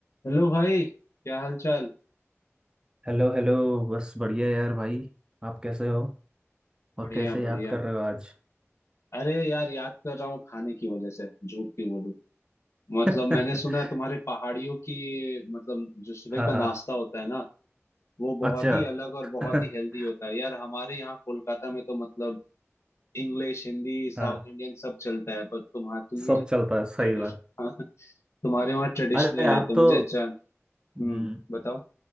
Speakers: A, on the left (about 65°); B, on the right (about 15°).
A: Hello भाई क्या हाल चाल
B: Hello hello बस बढ़िया यार भाई आप कैसे हो और
A: बढ़िया
B: कैसे
A: बढ़िया
B: याद कर रहे हो आज
A: अरे यार याद कर रहा हूँ खाने की वजह से झूठ क्यों बोलूं मतलब
B: <laughs>
A: मैंने सुना है तुम्हारे पहाड़ियों की मतलब जो सुबह
B: हाँ
A: का
B: हाँ
A: नाश्ता होता है ना वो बहुत
B: अच्छा
A: ही अलग और
B: <laughs>
A: बहुत ही हेल्दी होता है यार हमारे यहाँ कोलकाता में तो मतलब इंग्लिश हिंदी साउथ
B: हाँ
A: इंडियन सब चलता है पर तुम्हारा तुम ही
B: सब चलता है सही
A: ट्रेडिशनल
B: बात
A: <laughs> तुम्हारे वहाँ ट्रेडिशनल
B: अरे आप
A: है तो मुझे
B: तो
A: जान
B: हम्म,
A: हम्म बताओ